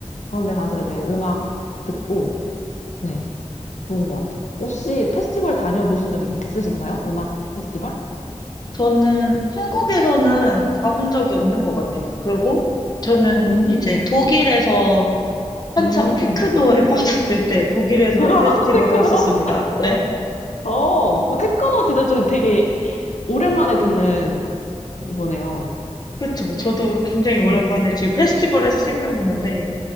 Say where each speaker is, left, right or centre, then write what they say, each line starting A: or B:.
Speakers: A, on the left; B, on the left.
A: 그런데 가서 이제 음악 듣고 네. 좋은 것 같아요. 혹시 페스티벌 다녀보신 적 있으신가요? 음악 페스티벌?
B: 저는 한국에서는 가본 적이 없는 것 같아요. 그리고 저는
A: 음,
B: 이제 독일에서 한창
A: 음.
B: 테크노에
A: <laughs>
B: <laughs> 빠졌을 때 독일에서
A: 야,
B: 페스티벌
A: 테크노.
B: 갔었습니다. 네.
A: 어, 어, 테크노 진짜 좀 되게 오랜만에 듣는 거네요.
B: 그렇죠. 저도 굉장히 오랜만에
A: 응.
B: 지금 페스티벌에서 생각나는데